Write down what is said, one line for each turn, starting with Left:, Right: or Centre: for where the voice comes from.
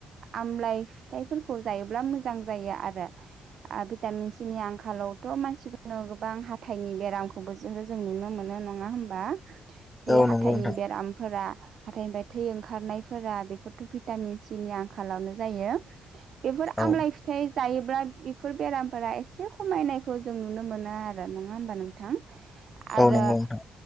Right: आमलााय फिथाइफोरखौ जायोब्ला मोजां जायो आरो भिटामिन सिनि आंखालाव थ' मानसिफोरनो गोबां हाथथायनि बेरामखौबो जो जों नुनो मोनो नङा होमबा बे
Left: औ
Right: हाथायनि
Left: नंगौ नोंथां
Right: बेरामफोरा हाथथायनिफ्राय थै ओंखारनायफोरा बेफोरथ' भिटामिन सिनि आंखालावनो जायो। इफोर
Left: औ
Right: आमलाइ फि थाय जायोब्ला बेफोर बेरामफोरा एसे खमायनायखौ जों नुनो मोना आरो नङा होमबा नोंथां। आरो
Left: औ नंगौ नोंथां